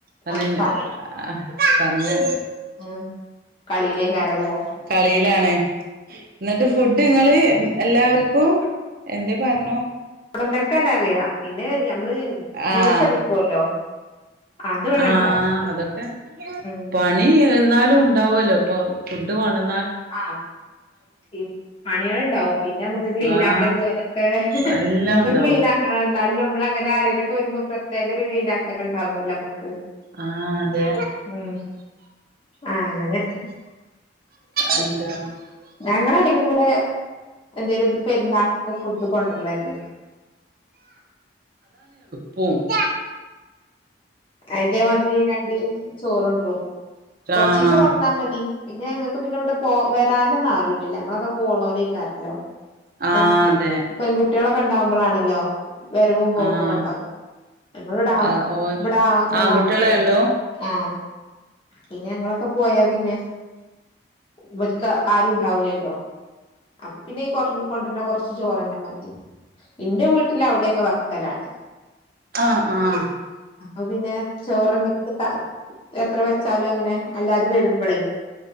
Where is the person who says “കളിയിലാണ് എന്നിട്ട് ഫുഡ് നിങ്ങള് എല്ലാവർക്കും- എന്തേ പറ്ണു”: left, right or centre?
Right